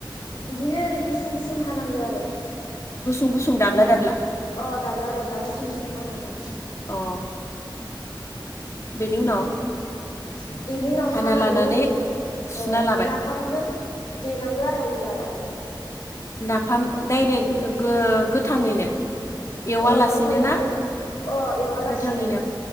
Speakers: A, on the left (about 65°); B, on the left (about 35°).
A: बिदिनो ओरै गुसुं गुसुं हानांगौ आरो
B: गुसुं गुसुं दाब्ला दाब्ला
A: अ दाब्ला दाब्ला गुसुं गुसुं हानांगो
B: अ बेनि उनाव
A: <inaudible> बेनि उनाव
B: हाना
A: हानानै
B: लानानै सुना
A: अ
B: लाबाय
A: नाफामजों देनांगो आरो उलाराव
B: नाफाम डाइरेक्ट गोथाङैनो एवालासिनो
A: अ गोथाङैनो
B: ना
A: अ एवालासिनो
B: गोथाङैनो